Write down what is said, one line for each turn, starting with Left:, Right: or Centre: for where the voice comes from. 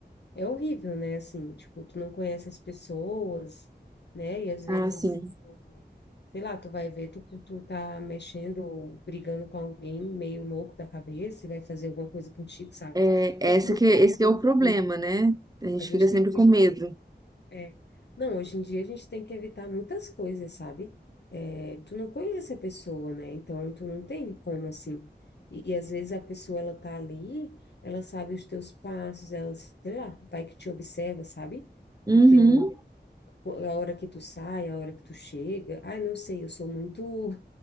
Left: É horrível, né? Assim, tipo, tu não conhece as pessoas, né? E às vezes,
Right: Ah, sim.
Left: tu- sei lá, tu vai ver, tu, tu tá mexendo, ou brigando com alguém meio louco da cabeça e vai fazer alguma coisa contigo, sabe?
Right: É,
Left: É que
Right: essa
Left: hoje
Right: que, é, esse que
Left: em
Right: é o problema,
Left: dia,
Right: né? A gente
Left: a gente
Right: fica sempre
Left: tem que
Right: com medo.
Left: é. Não, hoje em dia a gente tem que evitar muitas coisas, sabe? É, tu não conhece a pessoa, né? Então tu não tem como assim. E, e às vezes a pessoa ela tá ali, ela sabe os teus passos, ela, sei lá, vai que te observa, sabe?
Right: Uhum,
Left: O teu, a hora que tu sai, a hora que tu chega. Ai, não sei, eu sou muito,